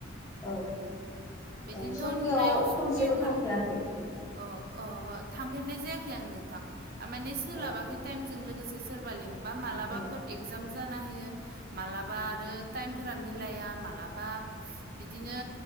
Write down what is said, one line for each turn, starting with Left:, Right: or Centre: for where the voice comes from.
Left: औ
Right: बिदिनोथ'
Left: औ सकियाव
Right: नुनायाव
Left: खनसेबो
Right: सकिफोर
Left: थांफेराखै
Right: अ अ थांफेरनाय जायाखै आं नोंथां। माने सोलाबाखै
Left: औ
Right: टाइमजों लोगोसे सोरबा लिंबा मालाबाफोर
Left: औ
Right: एगजाम जाना होयो। माब्लाबा आरो टाइमफोरा मिलाया माबलाबा बिदिनो